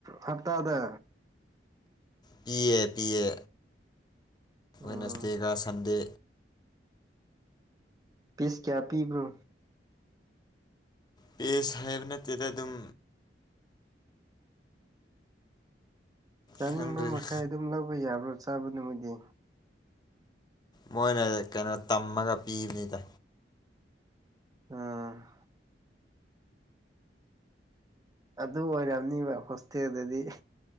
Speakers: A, on the right; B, on the left.
A: ꯍꯞꯇꯥꯗ
B: ꯄꯤ ꯑꯦ ꯄ ꯑꯦ
A: ꯎꯝ
B: ꯦꯅꯁꯗꯦꯒ ꯁꯟꯗꯦ
A: ꯄꯤꯁ ꯀꯌꯥ ꯄꯤꯕ꯭ꯔꯣ
B: ꯄꯁ ꯍꯥꯏꯕ ꯅꯠꯇꯦꯗ ꯑꯗꯨꯝ
A: ꯆꯥꯅꯤꯡꯕ
B: ꯈꯪꯗ꯭ꯔꯦꯗ
A: ꯃꯈꯥꯏ ꯑꯗꯨꯝ ꯂꯧꯕ ꯌꯥꯕ꯭ꯔꯣ ꯆꯥꯕ ꯅꯨꯃꯤꯠꯗꯤ
B: ꯃꯣꯏꯅ ꯀꯩꯅꯣ ꯇꯝꯃꯒ ꯄꯤꯕꯅꯤꯗ
A: ꯑꯝ ꯑꯗꯨ ꯑꯣꯏꯔꯝꯅꯤꯕ ꯍꯣꯁꯇꯦꯜꯗꯗꯤ